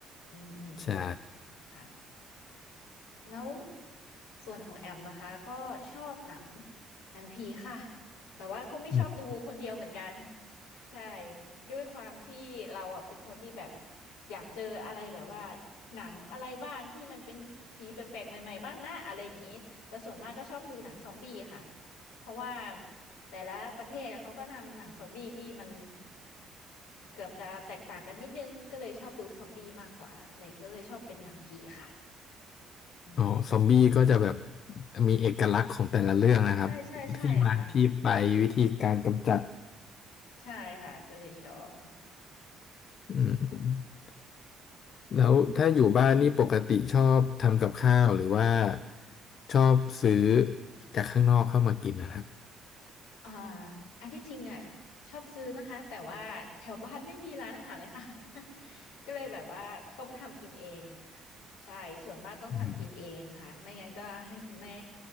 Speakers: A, on the left; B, on the left.
A: อืมอืมอืม
B: ใช่
A: ค่ะแล้วส่วนของแอมนะคะก็ชอบหนังหนังผีค่ะแต่ว่าก็ไม่ชอบดูคนเดียวเหมือนกัน
B: อืม
A: ใช่ด้วยความที่เราอ่ะเป็นคนที่แบบอยากเจออะไรแบบว่าหนังอะไรบ้างที่มันเป็นผีแปลกๆใหม่ๆบ้างนะอะไรอย่างนี้แต่ส่วนมากก็ชอบดูหนังซอมบี้ค่ะเพราะว่าแต่ละประเทศเขาก็นำหนังซอมบี้ที่มันเกือบจะแตกต่างกันนิดนึงก็เลยชอบดูซอมบี้มากกว่าอะไรก็เลยชอบเป็นหนังผีค่ะอืม
B: อ๋อซอมบี้ก็จะแบบมีเอกลักษณ์ของแต่ละเรื่องนะครับที่มาที่ไปวิธีการกำจัด
A: ใช่ใช่ใช่ค่ะใช่ค่ะก็เลยชอบ
B: อืมแล้วถ้าอยู่บ้านนี่ปกติชอบทำกับข้าวหรือว่าชอบซื้อจากข้างนอกเข้ามากินนะครับ
A: อ่าอันที่จริงอ่ะชอบซื้อนะคะแต่ว่าแถวบ้านไม่มีร้านอาหารเลยค่ะ <laughs> ก็เลยแบบว่าต้องทำกินเองใช่ส่วนมากต้องทำกินเองค่ะไม่งั้นก็ให้คุณแม่
B: อืม